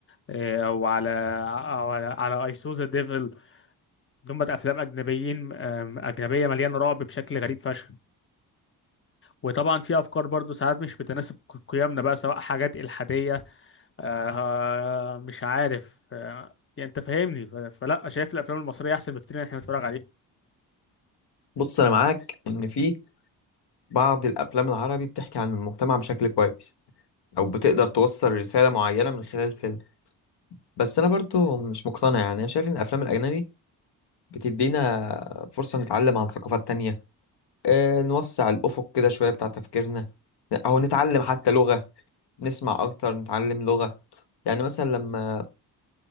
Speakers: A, on the left (about 30°); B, on the left (about 65°).
A: إيه، او على او على على اي سو ذا ديفل دول افلام اجنبيين آم، اجنبيه مليانه رعب بشكل غريب فشخ وطبعا في افكار برضه ساعات مش بتناسب قيمنا بقى سواء حاجات الحاديه آه مش عارف آه يعني انت فاهمني ف- فلا شايف الافلام المصريه احسن بكتير ان احنا نتفرج عليه
B: بص انا معاك ان في بعض الافلام العربي بتحكي عن المجتمع بشكل كويس او بتقدر توصل رساله معينه من خلال الفيلم بس انا برضو مش مقتنع يعني انا شايف ان الافلام الاجنبي بتدينا فرصه نتعلم عن ثقافات تانية آه، نوسع الافق كده شويه بتاع تفكيرنا او نتعلم حتى لغه نسمع اكتر نتعلم لغه يعني مثلا لما